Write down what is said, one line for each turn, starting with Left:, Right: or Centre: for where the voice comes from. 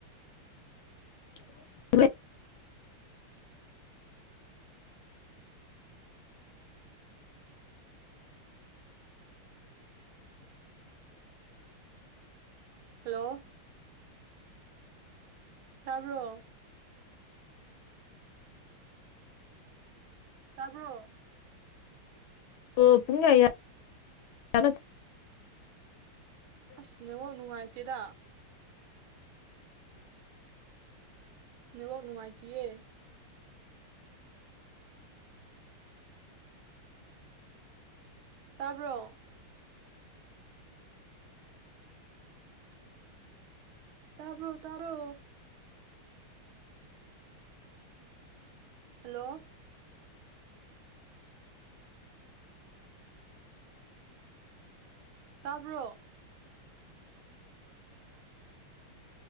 Left: <inaudible>
Right: ꯍꯜꯂꯣ ꯇꯥꯕ꯭ꯔꯣ ꯇꯥꯕ꯭ꯔꯣ
Left: ꯑꯣ ꯄꯨꯨꯡꯉ ꯌꯥ ꯌꯥ
Right: ꯑꯁꯅꯦꯋꯥꯀ ꯅꯨꯡꯉꯥꯏꯇꯦꯗ ꯅꯦꯠꯋꯛ ꯅꯨꯡꯉꯥꯏꯇꯌꯦ꯫ ꯇꯥꯕ꯭ꯔꯣ ꯇꯕ꯭ꯔꯣ ꯇꯥꯔꯣ ꯍꯜꯂꯣ ꯇꯥꯕ꯭ꯔꯣ꯫